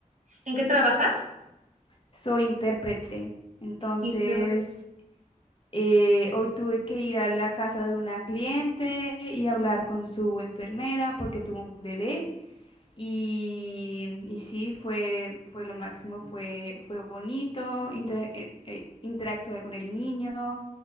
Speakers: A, on the right; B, on the left.
A: ¿En qué trabajas?
B: Soy intérprete, entonces
A: Intérprete.
B: eh, hoy tuve que ir a la casa de una cliente y hablar con su enfermera porque tuvo un bebé. Y, y sí, fue, fue lo máximo, fue, fue bonito, inter- eh, eh, interactué con el niño,